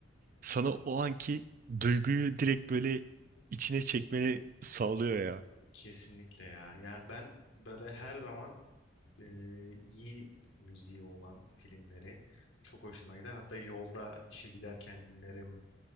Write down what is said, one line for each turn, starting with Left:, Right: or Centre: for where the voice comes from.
Right: sana o anki duyguyu direkt böyle içine çekmeni sağlıyor ya.
Left: Kesinlikle ya. Ya ben böyle her zaman e, iyi müziği olan filmleri çok hoşuma gider. Hatta yolda işe giderken dinlerim.